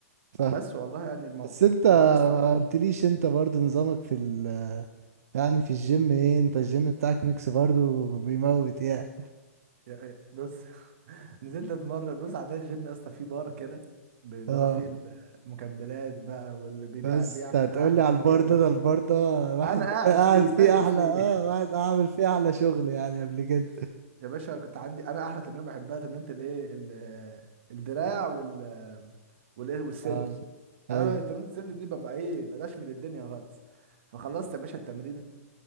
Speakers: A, on the right; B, on the right.
A: فاهم
B: بس والله يعني الموضوع
A: بس انت
B: يا اسطى
A: ما قلتليش انت برضه نظامك في ال يعني في الجيم ايه انت الجيم بتاعك ميكس برضه بيموت يعني
B: يعني بص <laughs> نزلت اتمرن بص عندنا الجيم يا اسطى فيه بار كده ب- اللي
A: اه
B: هو فيه المكملات بقى واللي بيبيع
A: بس
B: بيعمل
A: انت هتقولي
B: قهوة
A: على
B: وكده
A: البار ده ده البار ده واحد
B: انا قاعد
A: كان قاعد
B: فيه
A: فيه
B: بايت
A: احلى
B: فيه
A: اه واحد عامل فيه احلى شغل يعني قبل كده
B: <laughs> يا باشا كنت عندي انا احلى تمرين بحبها تمرينة الايه ال- الدراع وال والايه والصدر
A: اه ايوه
B: انا بقى تمرينة الصدر دي ببقى ايه بلاش من الدنيا خالص فخلصت يا باشا التمرينة